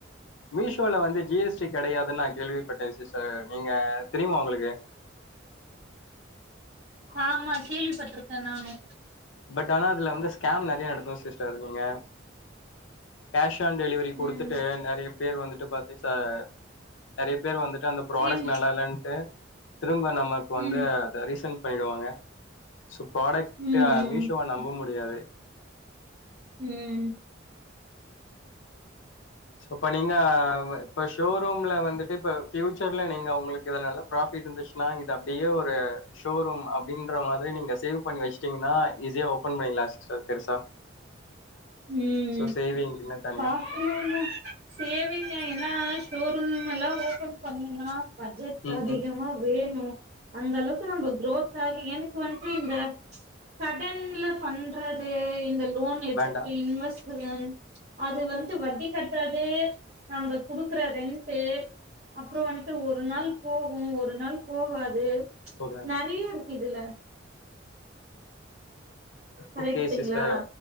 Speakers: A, on the left; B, on the right.
A: மீஷோல வந்து ஜி எஸ் டி கடையா துனு நா கேள்விப்பட்டே சிஸ்டர் நீங்க தெரியுமா உங்களுக்கு
B: ஆமா கேள்விப்பட்ருக்கே நானு
A: பட் ஆனா அதுல வந்து ஸ்கேம் நறைய நடக்கு சிஸ்டர், நீங்க கேஷ் ஆன் டெலிவரி குடுத்துட்டு
B: ம்
A: நறைய பேர் வந்துட்டு பாத்து ச நறைய பேர் வந்து ட்டு அந்தப் ப்ராடெக்ட்
B: சேம்
A: நல்லா இல்லன்ட்டு திரும்ப நமக்கு
B: ம்
A: வந்து அத ரீசன் பண்ணிடுவாங்க சோ ப்ராடெக்ட்ட
B: ம்
A: நம்ப முடியாது
B: ம்
A: சோ இப்ப நீங்க இப்ப ஷோரூம்ல வந்துட்டு இப்ப பியூச்சர்ல நீங்க உங்களுக்கு இதுல நல்ல ப்ராபிட் இருந்துச்சுனா இத அப்டியே ஒரு ஷோரூம் அப்டின்ற மாரி நீங்க சேவ் பண்ணி வச்சிட்டீங்னா ஈஸியா ஓபன் பணிக்லா சிஸ்டர் பெருசா
B: ம்
A: ஸோ சேவிங் என்ன தனியா
B: பாக்கனுந்தா சேவிங்க ஏனா ஷோரூம் எல்லா ஓபன் பண்ணுணா பட்ஜெட்
A: ம்
B: அதிகமா
A: ம்
B: வேணு அந்த அளவுக் ந ரோத் ஆகி எனக்கு வண்டு இந்த ம்ச் சடன்ல பண்றது இந்த லோன் எடுத்
A: வேண்டா
B: டு இன்வெஸ்ட்மென்ட் அது வந்து வட்டிக் கட்டுறது நம்ம குடுக்குற ரெண்டு அப்புறோ வண்டு ஒரு நாள் போகு ஒரு நாள் போவாது
A: போகாது
B: நெறைய இருக்கு இதுல கரெக்ட்டுங்களா
A: ஓக்கே சிஸ்டர்